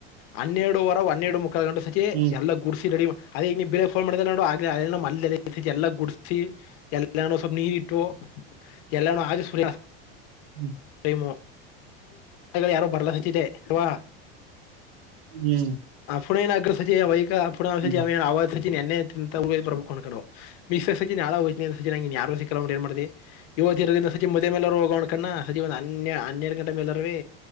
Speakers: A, on the left (about 55°); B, on the right (about 85°).
A: ಹನ್ನೆರಡು ವರ ಹನ್ನೆರಡು ಮುಕ್ಕಾ ಗಂಟು ಸಜೆ
B: ಹ್ಮ್
A: ಎಲ್ಲ ಗ ಗುಡ್ಸಿ ರಡಿ ಅದ ಈಗ ನೀ ಬೇರೆ ಫೋನ್ ಮಾಡಿದ ನೋಡು ಆಗ್ಲಮಲ್ಲಿ ಎಲ್ಲ ಗುಡ್ಸಿ ಎಲ್ಲ ಸ್ವಲ್ಪ ನೀರಿ ಇಟ್ಟು ಎಲ್ಲ ಆ ಸು
B: ಹ್ಮ್
A: ಟೈ ಯಾರೋ ಬರ್ಲಿದೆವಾ <unintelligible>
B: ಹ್ಮ್
A: ಪುಣನ ಅಗ್ರಸಚೇ ವೈಕ ಪುನಃಸಚೇ
B: ಹ್ಮ್
A: ಅವ ಎೆಂತ <unintelligible> ಬರ್ಬೇಕು್ಕೊಂಡು ಮಿ ಸಚನ್ ಯಾರುಲ ಏನ್ ಮಾಡಿದೆ ಇವತ್ತು ಇರದಿಂದ ಸಜಿ ಮುದೆ ಮೇಲವರು ಹೋಗೋಣ್ಕಣ್ಣ ಸಜಿ ಒಂದ ಹನ್ನ ಹನ್ನೆರಡು ಗಂಟೆ ಮೇಲರೇ